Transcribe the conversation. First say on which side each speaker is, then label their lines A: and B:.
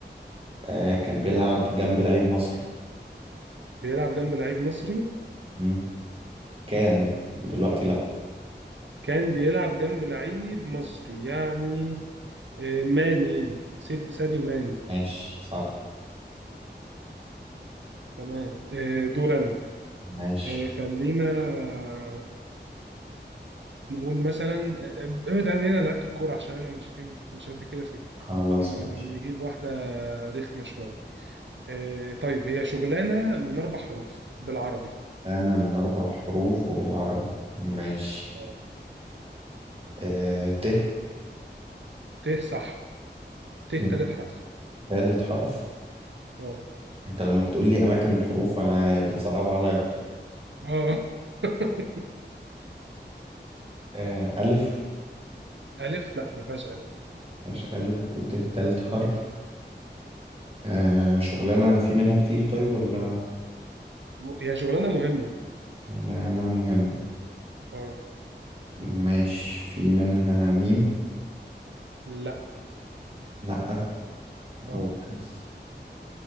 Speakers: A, on the right; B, on the right.
A: آه، كان بيلعب جنب لعيب مصري
B: بيلعب جنب لعيب مصري
A: مم. كان دلوقتي لا
B: كان بيلعب جنب لعيب مصري يعني آه، ماني سيد- ساديو ماني
A: ماشي صح
B: تمام آه، دور انا
A: ماشي
B: آه، خلينا آه، نقول مثلا آه، آه، ابعد عن هنا لعيبه الكوره عشان انا مش مش قد كده في الكورة.
A: خلاص
B: ن-
A: ماشي
B: نجيب واحده رخمه شويه آه، طيب هي شغلانه من اربع حروف بالعربي
A: أنا من أربع حروف وبالعربي ماشي
B: آه.
A: آه ت
B: ت صح ت تالت
A: من
B: حرف
A: ثالث حرف
B: اه
A: أنت لما بتقول لي أماكن الحروف أنا بتصعب عليا أكتر
B: اه <laughs>
A: آه ألف
B: ألف لا ما فيهاش ألف
A: ماشي ألف وت ثالث حرف آه شغلانة في منها كتير طيب ولا
B: هي شغلانة مهمة
A: شغلانة مهمة
B: اه
A: ماشي في منها ميم
B: لا
A: لأ وألف
B: اه